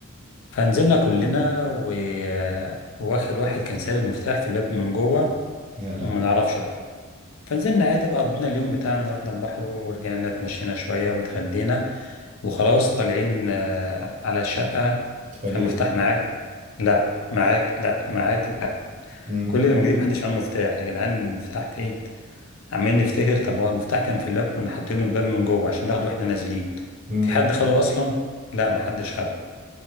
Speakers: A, on the left; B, on the right.
A: فنزلنا كلنا و... واخر واحد كان ساب المفتاح في الباب من جوه
B: يا لهوي
A: وما نعرفش بقى فنزلنا عادي بقى قضينا اليوم بتاعنا رحنا البحر ورجعنا اتمشينا شوية واتغدينا وخلاص طالعين آه، على الشقة
B: اتفاجئت
A: فالمفتاح
B: بقى.
A: معاك لا معاك لا معاك لا.
B: مم.
A: كل اللي موجودين محدش معاه مفتاح يا جدعان المفتاح فين عمالين نفتكر طب هو المفتاح كان في الباب كنا حاطينه الباب من جوه عشان ناخده واحنا نازلين
B: مم.
A: في حد خده اصلا لا محدش خده